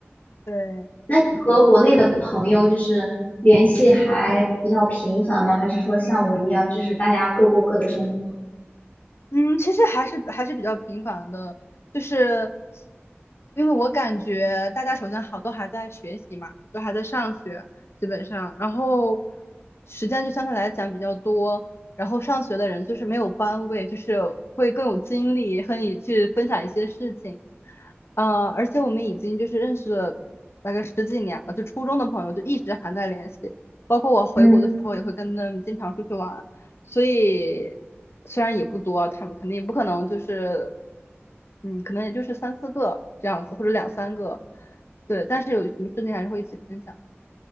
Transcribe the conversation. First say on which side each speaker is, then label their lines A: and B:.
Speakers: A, on the left; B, on the left.
A: 对，
B: 那你和国内的朋友就是联系还比较频繁吗？还是说像我一样，就是大家各过各的生活？
A: 嗯，其实还是还是比较频繁的，就是因为我感觉大家首先好都还在学习嘛，都还在上学，基本上，然后时间就相对来讲比较多，然后上学的人就是没有班位，就是会更有精力和你去分享一些事情，呃，而且我们已经就是认识了大概十几年了，就初中的朋友就一直还在联系，包括我回国的时候也会跟他们经常出去玩。
B: 嗯
A: 所以虽然也不多，他们肯定也不可能就是，嗯，可能也就是三四个这样子，或者两三个，对。但是有什么事情还是会一起分享，